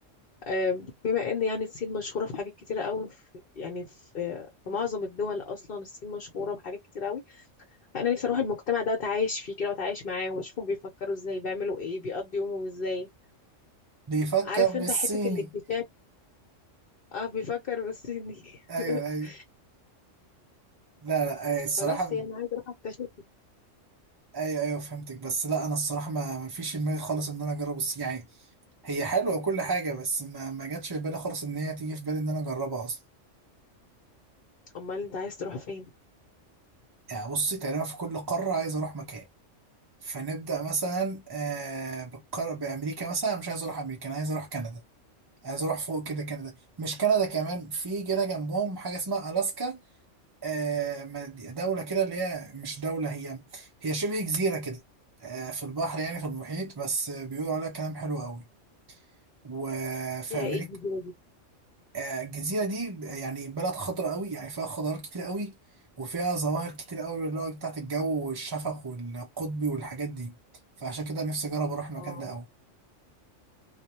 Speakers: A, on the left; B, on the right.
A: آه بما ان يعني الصين مشهوره في حاجات كتيره قوي في يعني في في معظم الدول اصلا الصين مشهوره بحاجات كتيره قوي فانا نفسي اروح المجتمع ده واتعايش فيه كده واتعايش معاهم واشوفهم بيفكروا ازاي بيعملوا ايه بيقضوا يومهم ازاي
B: بيفكر
A: عارف
B: بالصيني
A: انت حتة الاكتشاف اه بيفكر بالصيني
B: ايوه
A: <laughs>
B: ايوه لا لا آه الصراحة
A: فبس يعني عايزة اروح اكتشف
B: ايوه ايوه فهمتك بس لا انا الصراحة ما, ما فيش في دماغي خالص ان انا اجرب الصين يعني هي حلوة وكل حاجة بس ما ما جاتش في بالي خالص ان هي تيجي في بالي ان انا اجربها اصلا
A: امال انت عايز تروح فين
B: يعني بصي تقريبا في كل قارة عايز اروح مكان فنبدأ مثلا آه بالقار... بأمريكا مثلا أنا مش عايز أروح أمريكا أنا عايز أروح كندا عايز أروح فوق كده كندا مش كندا كمان في جنة جنبهم حاجة اسمها ألاسكا آه مد- دولة كده اللي هي مش دولة هي هي شبه جزيرة كده آه في البحر يعني في المحيط بس بيقولوا عليها كلام حلو قوي وفي
A: فيها
B: أمريكا
A: ايه الجزيرة دي
B: آه، الجزيرة دي ب- يعني بلد خضراء قوي يعني فيها خضار كتير قوي وفيها ظواهر كتير قوي اللي هو بتاعت الجو والشفق والقطبي والحاجات دي فعشان كده نفسي أجرب أروح المكان
A: اه
B: ده قوي